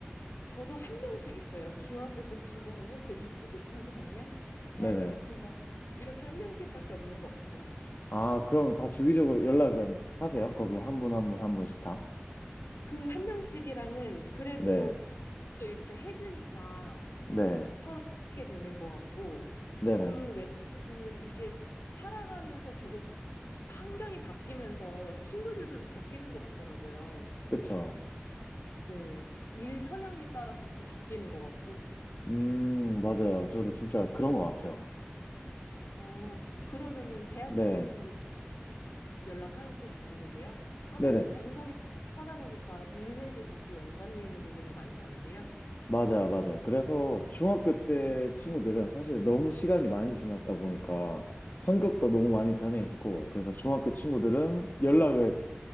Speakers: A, on the left (about 70°); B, on the left (about 50°).
A: 저도 한 명씩 있어요. 중학교 때 친구 한 명, 고등학교 때 친구 한 명, 대학교
B: 네네.
A: 때 친구 한 명. 이렇게 한 명씩밖에 없는 것 같아요.
B: 아, 그럼 다 주기적으로 연락은 하세요? 거기 한 분, 한 분, 한 분씩 다?
A: 그 한 명씩이랑은 그래도
B: 네.
A: 또 이렇게 해주니까
B: 네.
A: 서로 사귀게 되는 것 같고
B: 네네.
A: 그 외로는 이게 살아가면서 계속 환경이 바뀌면서 친구들도 좀 바뀌는 것 같더라고요.
B: 그쵸.
A: 네. 일 성향에 따라서 또 바뀌는 것 같고.
B: 음, 맞아요. 저도 진짜 그런 것 같아요.
A: 어, 그러면은 대학교
B: 네.
A: 때 친구들 연락하고 지내세요? 아무래도
B: 네네.
A: 전공이 하다 보니까 일에도 같이 연관돼 있는 부분이 많지 않으세요?
B: 맞아요, 맞아요. 그래서 중학교 때 친구들은 사실 너무 시간이 많이 지났다 보니까 성격도
A: 맞아요.
B: 너무 많이 변해 있고, 그래서 중학교 친구들은 연락을